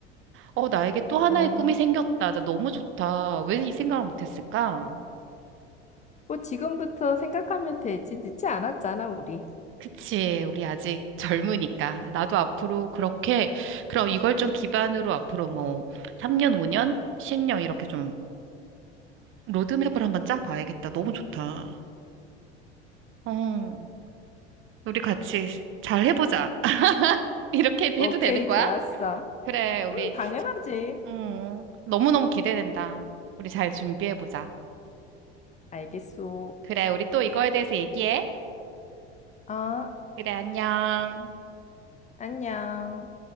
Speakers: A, on the right; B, on the left.
A: 어, 나에게 또 하나의
B: 아,
A: 꿈이 생겼다. 나 너무 좋다. 왜 이 생각을 못 했을까?
B: 뭐 지금부터 생각하면 되지. 늦지 않았잖아, 우리.
A: 그치. 우리 아직 젊으니까. 나도 앞으로 그렇게, 그럼 이걸 좀 기반으로 앞으로 뭐, 3년, 5년, 10년 이렇게 좀 로드맵을 한번 짜봐야겠다. 너무 좋다. 어, 우리 같이 잘 해보자. <laughs> 이렇게
B: 오케이,
A: 해도 되는 거야?
B: 좋았어.
A: 그래, 우리,
B: 음, 당연하지.
A: 음, 너무너무 기대된다. 우리 잘 준비해보자.
B: 알겠어.
A: 그래, 우리 또 이거에 대해서 얘기해.
B: 아,
A: 그래, 안녕.
B: 안녕.